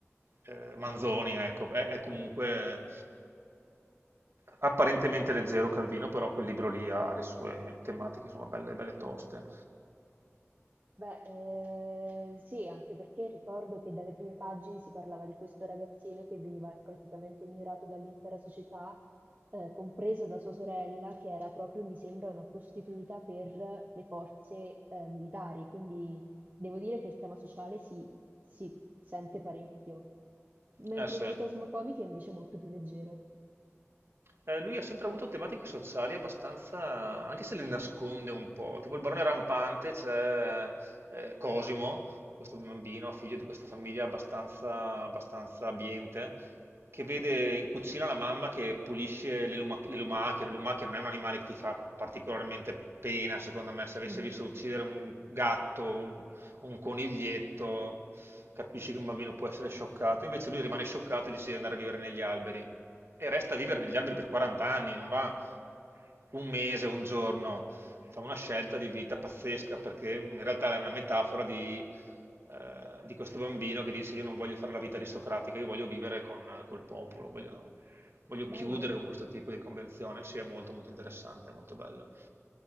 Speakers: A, on the right; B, on the right.
A: eh, Manzoni, ecco, è, è comunque apparentemente leggero Calvino, però quel libro lì ha, ha le sue tematiche, insomma, belle, belle toste.
B: Beh, eh, sì, anche perché ricordo che dalle prime pagine si parlava di questo ragazzino che veniva praticamente ignorato dall'intera società, eh, compresa da sua sorella, che era proprio, mi sembra, una prostituta per le forze, eh, militari. Quindi devo dire che il tema sociale si, si sente parecchio, mentre
A: Eh sì.
B: nelle cosmocomiche è invece molto più leggero.
A: Eh, lui ha sempre avuto tematiche sociali abbastanza, anche se le nasconde un po', tipo il barone rampante, c'è eh, Cosimo, questo bambino, figlio di questa famiglia abbastanza, abbastanza abbiente, che vede in cucina la mamma che pulisce le, luma- le lumache, la lumache non è un animale che ti fa particolarmente pena, secondo me, se avesse
B: Mhm,
A: visto uccidere un gatto, un, un coniglietto, capisci che un bambino può essere scioccato, invece lui rimane scioccato e decide di andare a vivere negli alberi e resta a vivere negli alberi per 40 anni, non va un mese, un giorno, fa una scelta di vita pazzesca perché in realtà è una metafora di, eh, di questo bambino che dice io non voglio fare la vita aristocratica, io voglio vivere con, col popolo, voglio, voglio
B: Bello.
A: chiudere con questo tipo di convenzione, sì è molto molto interessante, è molto bello,